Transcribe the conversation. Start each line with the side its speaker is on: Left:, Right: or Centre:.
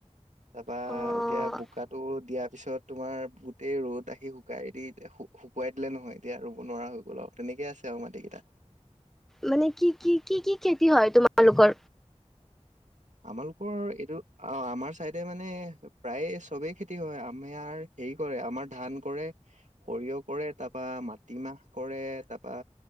Right: তাৰপা
Centre: অ'
Right: এতিয়া বোকাত টো দিয়াৰ পিছত তোমাৰ গোটেই ৰ'দ আহি শুকাই দি হু শুকুৱাই দিলে নহয় এতিয়া ৰুব নোৱাৰা হৈ গ'ল আউ তেনেকে আছে আউ মাটিকেইটা
Centre: মানে কি কি কি কি খেতি হয় তোমালোকৰ
Right: আমালোকৰ এইটো অ আমাৰ চাইডে মানে প্ৰায়ে চবেই খেতি হয় আমেয়াৰ হেৰি কৰে আমাৰ ধান কৰে সৰিয়হ কৰে তাৰপা মাট তিমাহ কৰে তাৰপা